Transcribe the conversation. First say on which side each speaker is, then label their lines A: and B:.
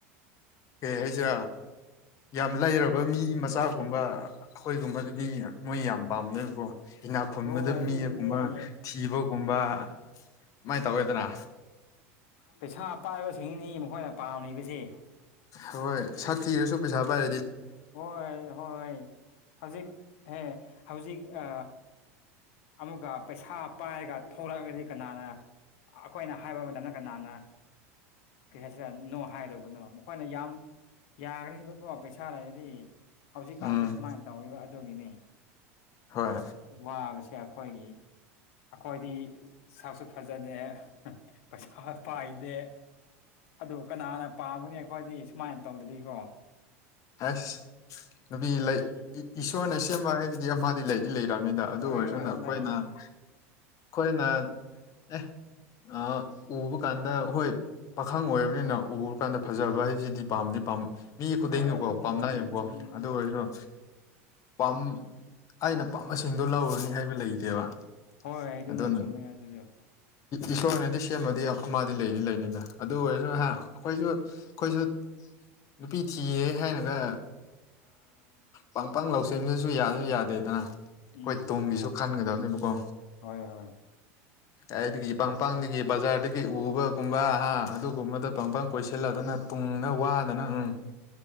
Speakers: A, on the left; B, on the left.
A: ꯍ ꯑꯩꯁꯦ ꯌꯥꯝ ꯂꯩꯔꯕ ꯃꯤ ꯃꯆꯥꯒꯨꯝꯕ ꯑꯩꯈꯣꯏꯒꯨꯝꯕꯗꯨꯗꯤ ꯃꯣꯏ ꯌꯥꯝ ꯄꯥꯝꯅꯕꯀꯣ ꯍꯤꯅꯥ ꯈꯨꯟꯕꯗ
B: ꯍꯣꯏ ꯑꯗꯨꯒꯤꯅꯤ
A: ꯃꯤꯒꯨꯝꯕ ꯊꯤꯕꯒꯨꯝꯕ ꯀꯃꯥꯏꯅ ꯇꯧꯋꯦꯗꯅ
B: ꯄꯩꯁꯥ ꯄꯥꯏꯕꯁꯤꯡꯅꯤ ꯃꯈꯣꯏꯅ ꯄꯥꯝꯂꯤꯕꯕꯁꯤ
A: ꯍꯣꯏ ꯁꯥꯊꯤꯅꯁꯨ ꯄꯩꯁꯥ ꯄꯥꯏ
B: ꯍꯣꯏ ꯍꯣꯏ ꯍꯧꯖꯤꯛ ꯍꯦ ꯍꯧꯖꯤꯛ ꯑ ꯑꯃꯨꯛꯀ ꯄꯩꯁꯥ ꯄꯥꯏꯔꯒ ꯊꯣꯛꯂꯛꯑꯒꯗꯤ ꯀꯅꯥꯅ ꯑꯩꯈꯣꯏꯅ ꯍꯥꯏꯕ ꯃꯇꯝꯗ ꯀꯅꯥꯅꯔꯤ ꯑꯁꯤꯗ ꯅꯣ ꯍꯥꯏꯗꯧꯕꯅꯣ ꯃꯈꯣꯏꯅ ꯌꯥꯝ ꯌꯥꯈꯔꯤꯕꯀꯣ ꯄꯩꯁꯥ ꯂꯩꯔꯗꯤ ꯍꯧꯖꯤꯛꯀꯥꯟꯁꯤ꫰ꯁꯨꯃꯥꯏꯅ
A: ꯎꯝ
B: ꯇꯧꯔꯤꯕ ꯑꯗꯨꯒꯤꯅꯤ
A: ꯍꯣꯏ
B: ꯋꯥꯕꯁꯤ ꯀꯦ ꯑꯩꯈꯣꯏꯒꯤ ꯑꯩꯈꯣꯏꯗꯤ ꯁꯥꯛꯁꯨ ꯐꯖꯗꯦ ꯄꯩꯁꯥ ꯄꯥꯏꯗꯦ ꯑꯗꯨ ꯀꯅꯥꯅ ꯄꯥꯝꯒꯅꯤ ꯑꯩꯈꯣꯏꯗꯤ ꯁꯨꯃꯥꯏꯅ ꯇꯧꯗꯗꯤꯀꯣ
A: ꯑꯁ <unintelligible> <inaudible> ꯅꯨꯄꯤ ꯂꯩ ꯏꯁꯣꯔꯅ ꯁꯦꯝꯕ ꯍꯥꯏꯕꯗꯤ ꯑꯃꯗꯤ ꯂꯩꯗꯤ ꯂꯩꯔꯤ ꯇꯅꯤꯗ ꯑꯗꯨ
B: ꯍꯣꯏ
A: ꯑꯣꯏꯔꯁꯨꯅ
B: ꯍꯣꯏ ꯍꯣꯏ
A: ꯑꯩꯈꯣꯏꯅ
B: ꯂꯩꯌꯦ
A: ꯑꯩꯈꯣꯏꯅ ꯑꯦ ꯑ ꯎꯕ ꯀꯥꯟꯗ ꯍꯣꯏ ꯄꯥꯈꯪ ꯑꯣꯏꯔꯕꯅꯤꯅ ꯎꯔ ꯀꯥꯟꯗ ꯐꯖꯕ ꯍꯥꯏꯕꯁꯤꯗꯤ ꯄꯥꯝꯗꯤ ꯄꯥꯝ ꯃꯤ ꯈꯨꯗꯤꯡꯅ
B: ꯍꯣꯏ ꯑꯗꯨꯅꯦ
A: ꯀꯣ ꯄꯥꯝꯅꯏꯌꯦꯕꯀꯣ
B: ꯆꯨꯝꯃꯦ ꯆꯨꯝꯃꯦ
A: ꯑꯗꯨ
B: ꯑꯗꯨꯗꯤ
A: ꯑꯣꯏꯔꯁꯨ ꯄꯝ ꯑꯩꯅ ꯄꯥꯝꯕꯁꯤꯡꯗꯣ ꯂꯧꯔꯅꯤ ꯍꯥꯏꯕ ꯂꯩꯇꯦꯕ
B: ꯍꯣꯏꯣꯏ ꯑꯩ ꯑꯗꯨꯅꯦ
A: ꯑꯗꯨꯅ
B: ꯆꯨꯝꯃꯦ ꯑꯗꯨꯗ
A: ꯏꯁꯣꯔꯅꯗꯤ ꯁꯦꯝꯃꯗꯤ ꯑꯃꯗꯤꯗꯤ ꯂꯩꯗꯤ ꯂꯩꯅꯤꯗ ꯑꯗꯨ ꯑꯣꯏꯔꯁꯨ
B: ꯍꯣꯏ
A: ꯍꯥꯏ
B: ꯍꯣꯏ
A: ꯑꯩꯈꯣꯏꯁꯨ ꯑꯩꯈꯣꯏꯁꯨ ꯅꯨꯄꯤ ꯊꯤꯌꯦ ꯍꯥꯏ ꯑꯗ ꯄꯪ ꯄꯪ ꯂꯧꯁꯤꯟꯗꯨꯁꯨ ꯌꯥꯁꯨ ꯌꯥꯗꯦꯗꯅ ꯑꯩꯈꯣꯏ
B: ꯎꯝ
A: ꯇꯨꯡꯒꯤꯁꯨ
B: ꯆꯨꯝꯃꯦ
A: ꯈꯟꯒꯗꯕꯅꯦꯕꯀꯣ
B: ꯍꯣꯏ ꯍꯣꯏ
A: ꯑꯩꯗꯒꯤ ꯄꯪꯄꯗꯒꯤ ꯕꯖꯥꯔꯗꯒꯤ ꯎꯕꯒꯨꯝꯕ ꯑꯥ ꯑꯗꯨꯒꯨꯝꯕꯗ ꯄꯪꯄꯥꯡ ꯀꯣꯏꯁꯤꯜꯂꯗꯅ ꯇꯨꯡꯗ ꯋꯥꯗꯅ ꯎꯝ